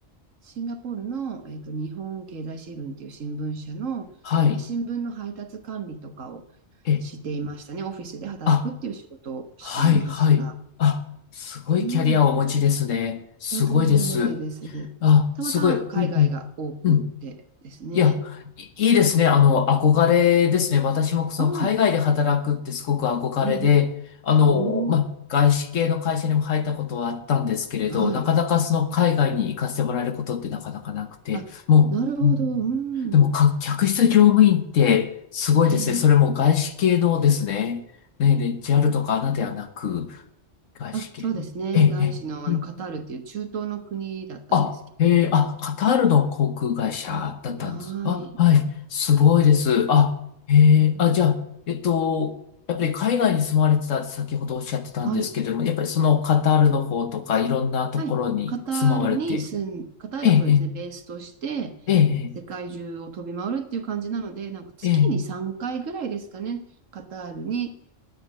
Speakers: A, on the right; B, on the left.
A: シンガポールの、えっと、日本経済新聞っていう新聞社の、
B: はい。
A: まあ、新聞の配達管理とかを
B: えー、
A: していましたね。オフィスで働くっていう仕事をしていました。
B: あ、はい、はい。あ、すごいキャリアをお持ちですね。
A: うん、
B: すごいです。
A: とんでもないです。
B: あ、
A: たまたまなんか海外が多くてですね。
B: すごい。うんうん。うんいや、いいいですね。あの、憧れですね。私もその海外で働くってすごく憧れで、
A: ああ、ええ、
B: あの、
A: おお、
B: まあ、外資系の会社にも入ったことはあったんですけれど、
A: はい。
B: なかなかその海外に行かせてもらえることってなかなかなくて、
A: あ、
B: もう、
A: なるほど、
B: うんうんでもか、
A: うん、
B: 客室乗務員ってすごいですね。
A: え
B: それも外資系のですね。
A: え。
B: ね、で JAL とか a ではなく、外資系の。
A: あ、そうですね。
B: ええ、
A: 外資の、
B: ええ。
A: あのカタールっていう中東の国だったんですけど、
B: あ、えー、あ、カタールの航空会社だったんです。
A: カタールっていう、はい。
B: あ、はい。すごいです。あ、えー、
A: うん、
B: あ、じゃあ、えっと、やっぱり海外に住まれてたって先ほどおっしゃってたんですけれども、
A: はい。
B: やっぱりそのカタールの方とかいろんなところに住まわれて、
A: はい。カタールに住ん、カタールをそうですね、
B: ええ、
A: ベースとして、
B: ええ、
A: 世界中を飛び回るっていう感じなので、なんか月に3回ぐらいですかね、
B: ええ、ええ、
A: カタールに